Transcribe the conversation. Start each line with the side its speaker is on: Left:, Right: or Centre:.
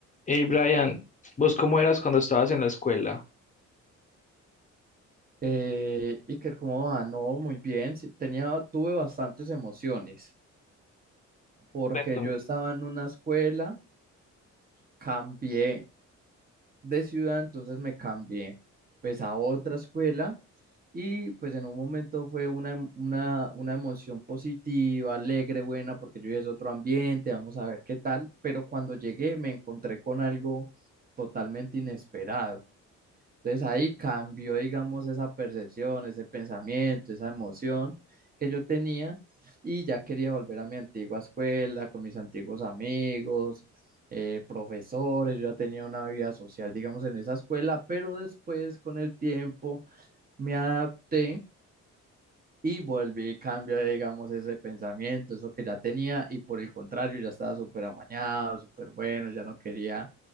Left: Hey Brian, ¿vos cómo eras cuando estabas en la escuela?
Right: Eh, Iker, ¿cómo va? No, muy bien. sí, Tenía, tuve bastantes emociones porque
Left: Cuéntame.
Right: yo estaba en una escuela, cambié de ciudad, entonces me cambié pues a otra escuela y pues en un momento fue una, em- una, una emoción positiva, alegre, buena, porque yo ya es otro ambiente, vamos a ver qué tal, pero cuando llegué me encontré con algo totalmente inesperado. Entonces ahí cambió, digamos, esa percepción, ese pensamiento, esa emoción que yo tenía y ya quería volver a mi antigua escuela con mis antiguos amigos, eh, profesores, yo ya tenía una vida social, digamos, en esa escuela, pero después con el tiempo me adapté y volví y cambié, digamos, ese pensamiento, eso que ya tenía y por el contrario ya estaba súper amañado, súper bueno, ya no quería